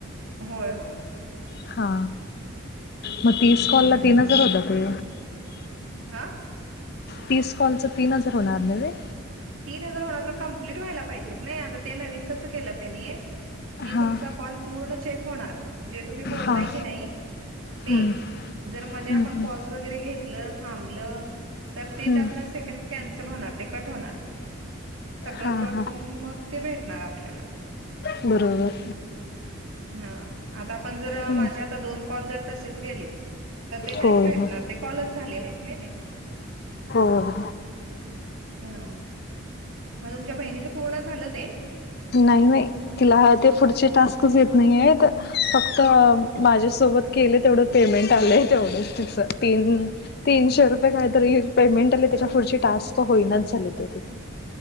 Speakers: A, on the right; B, on the left.
A: होय, होय,
B: हा, मग तीस कॉलला तीन हजार होता ते.
A: आ.
B: तीस कॉलच तीन हजार होणार नव्हे?
A: तीन हजार होणारप कंप्लीट व्हायला पाहिजेत नाही आता ते नवीन कसं केलं त्यानी की
B: हां
A: तुमचा कॉल पूर्ण चेक होणार जे तुम्ही बोललाय
B: हां
A: की नाही ते,
B: हम्म
A: जर मध्ये
B: हम्म
A: आपण
B: हम्म
A: पोज् वगैरे घेतल थांबल, तर ते
B: हम्म
A: त्यातन सेकंद कॅन्सल होणार ते कट होणार. सगळं
B: हां
A: कट
B: हां
A: होऊन मग ते भेटणार आपल्याला.
B: बरोबर.
A: हा आता पण जर
B: हम्म
A: माझे आता दोन कॉल जर तसेच गेले तर ते नाहीच
B: होय
A: भेटणार.
B: हो
A: ते कॉलच झाले नाही नाहीते.
B: हो
A: ह ह म तुमच्या बहिणीच पूर्ण झालं ते?
B: नाहीे वय. तिला ते पुढचे टास्कच येत नाहि येत. फक्त माझ्यासोबत केले तेवढं पेमेंट आलंय तेवढं. तीन तीनशे रु व्हय काय तरी एक पेमेंट आलंय त्याच्या पुढचे टास्क होईनाच झाले ओ ते.